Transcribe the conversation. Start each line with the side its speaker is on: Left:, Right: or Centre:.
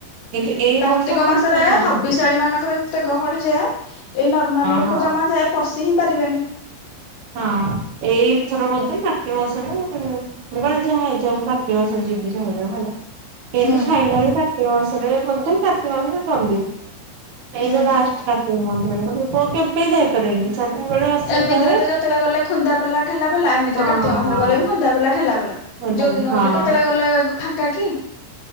Right: କିନ୍ତୁ ଏଇ
Left: କାର୍ତ୍ତିକ
Right: ବର୍ଷ ମୁଁ
Left: ମାସରେ
Right: କହିଲି ଯାହା ବି
Left: ହବିଷାଳୀ
Right: ହେଲେ
Left: ମାନଙ୍କର ଏତେ ଗହଳି ଯେ ଏଇ ନର୍ମାଲ ଲୋକ
Right: ହଁ ହଁ
Left: ଜମା ଯା ପଶି ହିଁ ପାରିବେନି।
Right: ହଁ ଏଇ ଥର ବୋଧେ କାର୍ତ୍ତିକ ମାସରେ ମୁଁ କହିଲି ଯାହାହେଇଯାଉ ମୁଁ କାର୍ତ୍ତିକ ମାସରେ ଯିବି ଯାହା ହେଇଯାଉ ହେଲା। କିନ୍ତୁ
Left: ହୁଁ
Right: <unintelligible> କାର୍ତ୍ତିକ ମାସରେ ବୋଧେ କାର୍ତ୍ତିକ ମାସରେ ଗଲି।
Left: ହୁଁ
Right: ଏଇ ଯୋଉ ଲାଷ୍ଟ କାର୍ତ୍ତିକ ମନ୍ଥ ରେ ମୁଁ କହିଲି କେବେ ଯାଇପାରେନି ସବୁବେଳେ ଆସୁବିଧା
Left: ଏମିତିରେ
Right: ହୁଏ।
Left: ତ ଯେତେବେଳେ ଗଲେ ଖୁନ୍ଦା ପେଲା ଠେଲା ପେଲା, ଏମିତିରେ
Right: ହଁ
Left: କାର୍ତ୍ତିକ ମାସରେ ଗଲେ ବି ଖୁନ୍ଦା ପେଲା ଠେଲା ପେଲା।
Right: ହଁ
Left: ଯୋଉ ଦିନ ଗଲେ କେତେବେଳେ ଗଲେ ଫାଙ୍କା କି